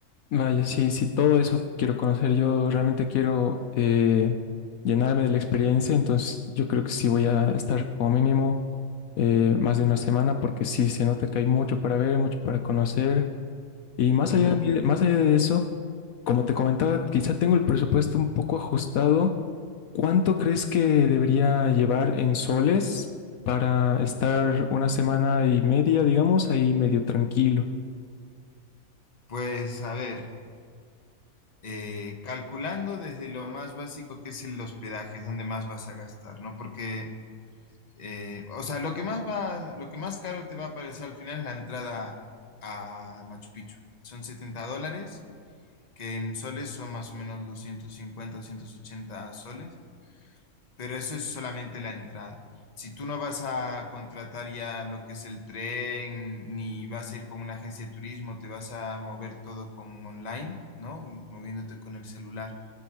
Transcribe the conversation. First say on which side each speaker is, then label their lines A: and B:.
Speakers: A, on the left; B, on the left.
A: Vaya, sí, sí, todo eso quiero conocer. Yo realmente quiero eh, llenarme de la experiencia, entonces yo creo que sí voy a estar como mínimo eh, más de una semana porque sí se nota que hay mucho para ver, mucho para conocer. Y más
B: Mm,
A: allá de, más allá de eso, como te comentaba, quizá tengo el presupuesto un poco ajustado. ¿Cuánto crees que debería llevar en soles para estar una semana y media, digamos, ahí medio tranquilo?
B: pues a ver, eh, calculando desde lo más básico que es el hospedaje, es donde más vas a gastar, ¿no? Porque, eh, o sea, lo que más va, lo que más caro te va a parecer al final es la entrada a Machu Picchu. Son 70 dólares que en soles son más o menos 250 o 180 soles, pero eso es solamente la entrada. Si tú no vas a contratar ya lo que es el tren, ni vas a ir con una agencia de turismo, te vas a mover todo con online, ¿no? Moviéndote con el celular,